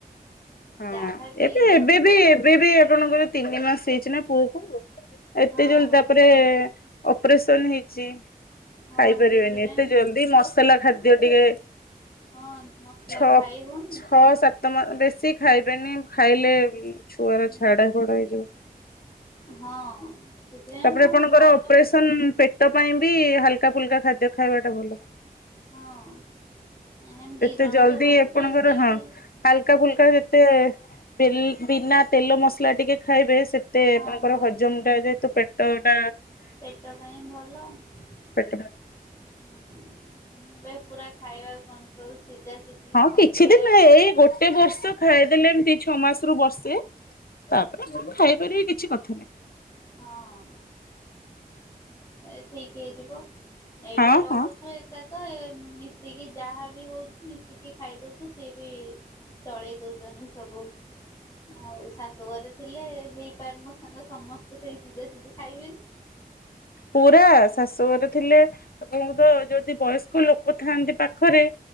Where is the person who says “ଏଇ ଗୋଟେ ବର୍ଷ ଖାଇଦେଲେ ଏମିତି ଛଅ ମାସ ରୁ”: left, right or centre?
Left